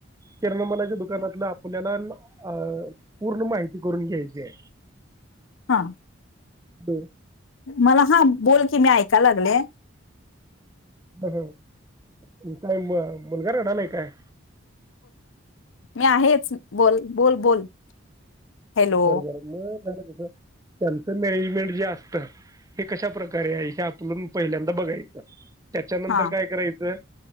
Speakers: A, on the right (about 15°); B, on the left (about 70°).
A: किराणा मालाच्या दुकानातलं आपल्याला अ पूर्ण माहिती करून घ्यायचीये.
B: हा
A: ब
B: मला हा बोल की मी ऐकायला लागले.
A: काय म मुलगा रडालाय काय?
B: मी आहेच बोल बोल बोल हॅलो
A: बर बर मग त्यांचं मॅनेजमेंट जे असतं. हे कशा प्रकारे आहे हे आपलंून पहिल्यांदा बघायचं त्याच्यानंतर
B: हा
A: काय करायचं,